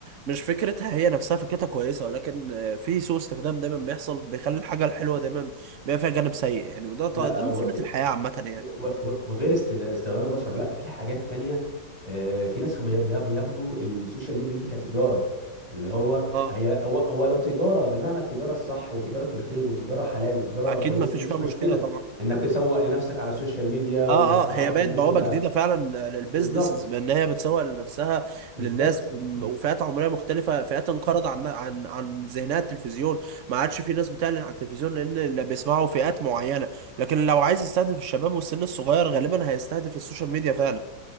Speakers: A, on the right; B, on the right.
A: مش فكرتها هي نفسها فكرتها كويسه ولكن آه، في سوء استخدام دايما بيحصل بيخلي الحاجه الحلوه دايما بيبقى فيها جانب سيء يعني وده ط-
B: لا
A: ده من
B: و...
A: سنه
B: و...
A: الحياه عامه يعني
B: و... و- وغير است... استخدام البشر لا في حاجات تانية آه، في ناس بي... بي- بياخدوا السوشيال ميديا دي كتجارة اللي هو
A: اه
B: هي هو هو لو تجارة بمعنى التجارة الصح وتجارة الخير وتجارة حلال وتجارة
A: اكيد
B: كويسة
A: ما فيش
B: مفيش
A: فيها
B: مشكلة
A: مشكله طبعا
B: انك تسوق لنفسك على السوشيال ميديا
A: اه
B: وانك تعرف
A: اه هي بقت
B: الناس
A: بوابه
B: انت
A: جديده فعلا للبيزنسز
B: بالظبط
A: بان هي بتسوق لنفسها
B: بالظبط
A: للناس وفئات عمريه مختلفه فئات انقرض عن عن عن ذهنها التلفزيون ما عادش في ناس بتعلن على التلفزيون لان اللي بيسمعوا فئات معينه لكن لو عايز يستهدف الشباب والسن الصغير غالبا هيستهدف السوشيال ميديا فعلا